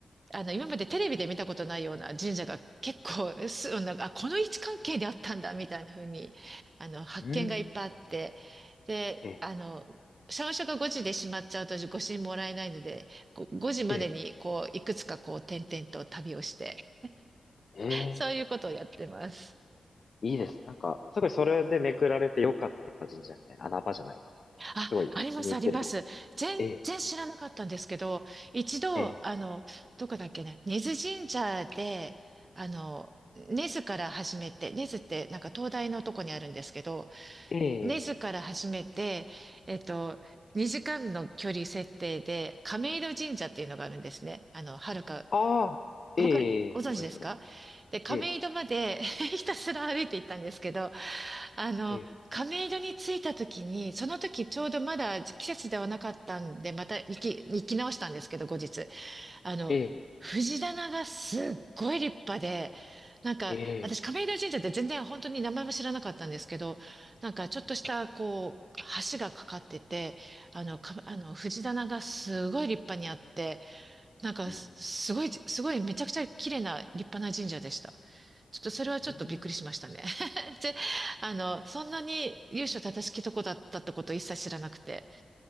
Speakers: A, on the right (about 45°); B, on the left (about 60°).
A: あの、今までテレビで見たことないような神社が結構、す、なんか、あ、この位置関係であったんだ、みたいな風に、あの、発見がいっぱいあって、
B: うん
A: で、
B: うんえ
A: あの、社務所が5時で閉まっちゃうとご支もらえないので、ご5時までに、
B: ええ
A: こう、いくつかこう、点々と旅をして、
B: えええ
A: そういうことをやってます。
B: いいです。なんか、すごいそれで巡られてよかった神社みたいな穴場じゃないで
A: あ、
B: す。すごい気に入ってるところがあります。
A: あります、あります。全然知らなかったんですけど、
B: ええ
A: 一度、
B: え
A: あの、どこだっけね、根津神社で、あの、根津から始めて、根津ってなんか東大のとこにあるんですけど、
B: え
A: 根津から始めて、
B: ええ
A: えっと、2時間の距離設定で、亀戸神社っていうのがあるんですね。あの、はるか、
B: ああ、ええわかりますわかります。
A: わかり、ご存知ですかで、亀戸まで
B: ええ
A: <laughs> ひたすら歩いて行ったんですけど、あの、
B: ええ
A: 亀戸に着いた時に、その時ちょうどまだ季節ではなかったんで、また行き、行き直したんですけど、後日。あの、
B: え
A: 藤棚がすっごい立派で、なんか、
B: えええ
A: 私亀戸神社って全然本当に名前も知らなかったんですけど、なんかちょっとした、
B: うん
A: こう、橋がかかってて、あの、か、あの、藤棚がすごい立派にあって、なんかす、
B: うん
A: すごい、すごい、めちゃくちゃ綺麗な立派な神社でした。ちょっとそれはちょっとびっくりしましたね。
B: うん
A: <laughs> で、あの、そんなに由緒正しきとこだったってことを一切知らなくて。